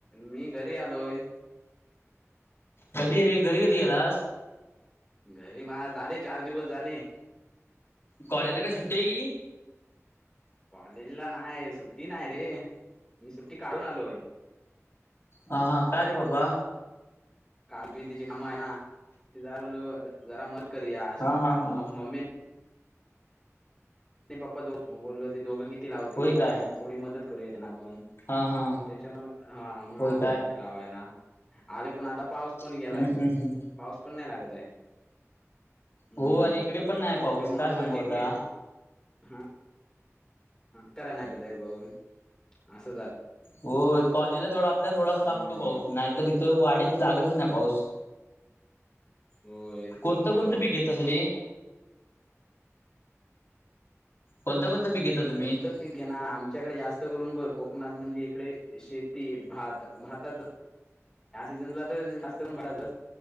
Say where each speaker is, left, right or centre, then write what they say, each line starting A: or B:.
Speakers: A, on the left; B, on the left.
A: मी घरी आलोय.
B: कधी रे घरी कधी गेलास?
A: घरी मला झाले चार दिवस झाले.
B: कॉलेजला काय सुट्टी आहे की
A: कॉलेजला नाही सुट्टी नाही रे मी सुट्टी काढून आलोय.
B: ह हा का रे बाबा
A: काल पिती ची काम आहे ना ते जरा बोललो जरा मत करुया अशी
B: हा हा
A: काम
B: हा
A: म मेन आणि पप्पा दो मग बोललो ते दोघं किती लावतील
B: होय काय
A: थोडी मदत करूया त्यांना आपण.
B: हा हा
A: मग त्यांच्यामुळे हा मग
B: होय
A: आलोय
B: काय
A: लावायला आले पण आता पाऊस पण
B: हम्म
A: गेलाय बघ
B: हम्म हम्म
A: पाऊस पण नाही लागत आहे हम्म
B: हो अरे इकडे पण नाही पाऊस
A: त्याच्यामुळ
B: काय सांगू
A: कसं चिखली
B: आता
A: हा कराय नाततयबो असं झालंय
B: हो कॉलनीला तेवढा आपला थोडासा लागतो
A: हम्म
B: पाऊस नाही तर इथं वाडीत लागतच नाही पाऊस
A: होय
B: कोणतं
A: मग
B: कोणतं पीक येत तसली कोणतं कोणतं पीक घेता तुम्ही
A: कोणतं पीक घेणार आमच्याकडे जास्त करून बघ कोकणात म्हणजे इकडे शेती भात भातात या सीजनला तर जास्त पण